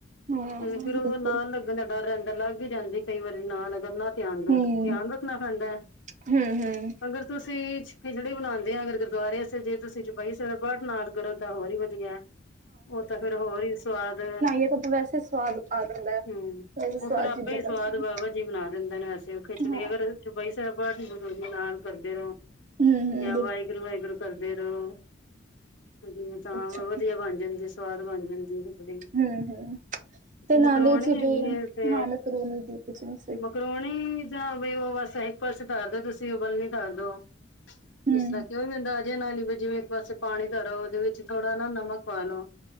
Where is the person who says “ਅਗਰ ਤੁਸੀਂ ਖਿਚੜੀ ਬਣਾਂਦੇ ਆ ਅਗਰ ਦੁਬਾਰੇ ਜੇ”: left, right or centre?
Left